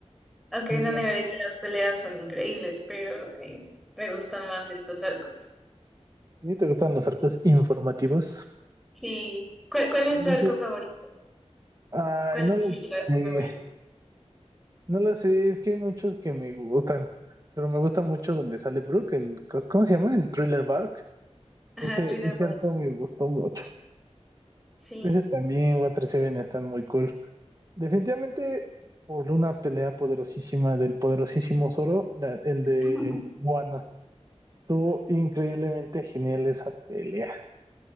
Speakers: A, in the centre; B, on the right.
A: Aunque
B: Mm,
A: no negaré que las peleas son increíbles, pero eh, me gustan más estos arcos.
B: ¿Y te gustan los arcos informativos?
A: Sí. ¿Cuál, cuál es
B: Dice,
A: tu arco favorito?
B: Ay,
A: ¿Cuál
B: no
A: es
B: lo sé.
A: tu arco favorito?
B: No lo sé, es que hay muchos que me gustan. Pero me gusta mucho donde sale Brooke, el, ¿cómo se llama? El Thriller Bark.
A: Ajá,
B: Ese,
A: Thriller
B: ese
A: Boy,
B: arco me gustó mucho.
A: sí.
B: Ese también, Water Seven están muy cool. Definitivamente, por una pelea poderosísima del poderosísimo Zoro, la- el
A: <laughs>
B: de Wano. Estuvo increíblemente genial esa pelea.